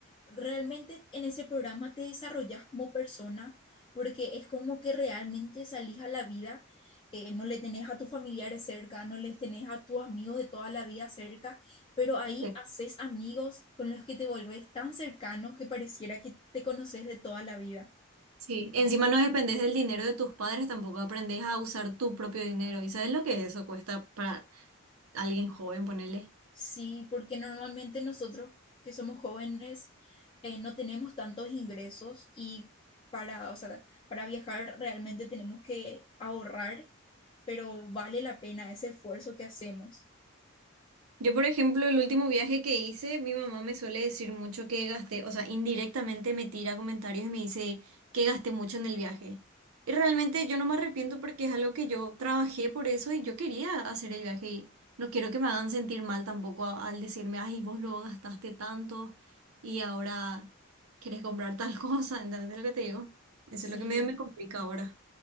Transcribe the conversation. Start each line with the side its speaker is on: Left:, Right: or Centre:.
Left: realmente en ese programa te desarrollas como persona porque es como que realmente salís a la vida, eh, no le tenés a tus familiares cerca, no les tenés a tus amigos de toda la vida cerca, pero ahí
Right: Sí.
Left: haces amigos con los que te volvés tan cercanos que pareciera que te conoces de toda la vida.
Right: Sí, encima no dependes del dinero de tus padres, tampoco aprendes a usar tu propio dinero. ¿Y sabes lo que eso cuesta para alguien joven, ponerle?
Left: Sí, porque normalmente nosotros que somos jóvenes eh, no tenemos tantos ingresos y para, o sea, para viajar realmente tenemos que ahorrar, pero vale la pena ese esfuerzo que hacemos.
Right: Yo, por ejemplo, el último viaje que hice, mi mamá me suele decir mucho que gasté, o sea, indirectamente me tira comentarios y me dice que gasté mucho en el viaje. Y realmente yo no me arrepiento porque es algo que yo trabajé por eso y yo quería hacer el viaje y no quiero que me hagan sentir mal tampoco a- al decirme, ay, vos lo gastaste tanto y ahora quieres comprar tal <laughs> cosa, ¿entendés lo que te digo? Eso
Left: Sí.
Right: es lo que medio me complica ahora.